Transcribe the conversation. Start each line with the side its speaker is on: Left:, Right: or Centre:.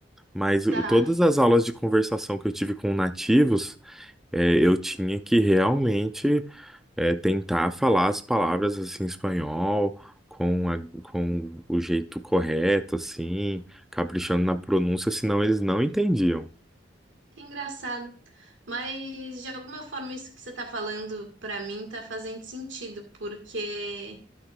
Centre: Mas
Right: Tá,
Centre: o- todas as aulas de conversação que eu tive com nativos, é, eu tinha que realmente é, tentar falar as palavras assim, em espanhol, com, a- com o jeito correto, assim, caprichando na pronúncia, senão eles não entendiam.
Right: que engraçado. Mas de alguma forma isso que você tá falando pra mim tá fazendo sentido, porque